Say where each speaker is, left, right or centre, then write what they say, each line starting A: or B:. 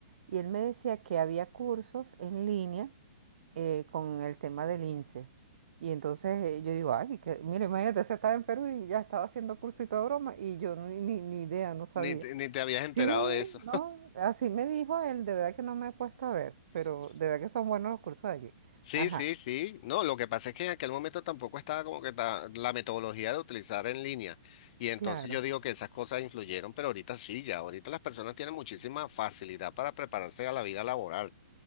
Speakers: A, on the right (about 55°); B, on the left (about 40°).
A: y él me decía que había cursos en línea eh, con el tema del INSEE. Y entonces eh, yo digo, ay, que, mira, imagínate, se estaba en Perú y ya estaba haciendo curso y toda broma, y yo no- ni, ni idea, no sabía.
B: ni te, ni te habías enterado
A: Sí,
B: de eso.
A: no, así me dijo él, de verdad que no me he puesto a ver,
B: <laughs>
A: pero de verdad que son buenos los cursos allí.
B: Sí,
A: Ajá,
B: sí, sí. No, lo que pasa es que en aquel momento tampoco estaba como que ta- la metodología de utilizar en línea. Y entonces
A: claro,
B: yo digo que esas cosas influyeron, pero ahorita sí, ya. Ahorita las personas tienen muchísima facilidad para prepararse a la vida laboral.